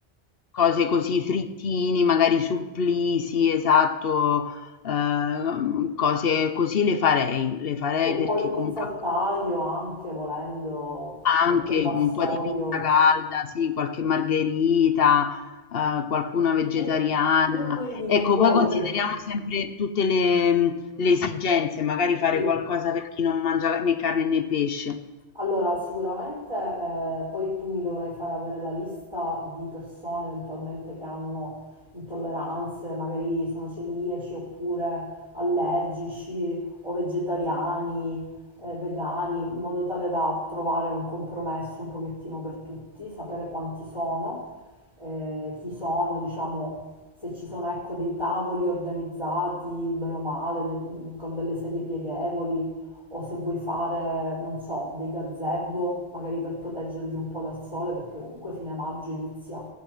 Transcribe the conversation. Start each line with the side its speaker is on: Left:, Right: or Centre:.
Left: cose così, frittini, magari supplì, sì, esatto Ehm, cose così le farei, le farei
Right: sì, un
Left: perché
Right: po' di pinza
Left: comunque
Right: al taglio anche volendo, qualche
Left: anche
Right: vassoio.
Left: un po' di pizza calda, sì, qualche margherita, eh, qualcuna vegetariana.
Right: Tu, tu quindi
Left: Ecco,
Right: non vuoi
Left: poi consideriamo
Right: che...
Left: sempre tutte le, mm, le esigenze, magari fare
Right: Sì.
Left: qualcosa per chi non mangia né carne né pesce.
Right: Allora, sicuramente eh, poi tu mi dovrai fare avere la lista di persone eventualmente che hanno intolleranze, magari sono celiaci oppure allergici o vegetariani, eh, vegani, in modo tale da trovare un compromesso un pochettino per tutti, sapere quanti sono, eh, chi sono, diciamo, se ci sono ecco, dei tavoli organizzati bene o male, de- con delle sedie pieghevoli o se vuoi fare, non so, dei gazebo, magari per proteggervi un po' dal sole, perché comunque fine maggio inizia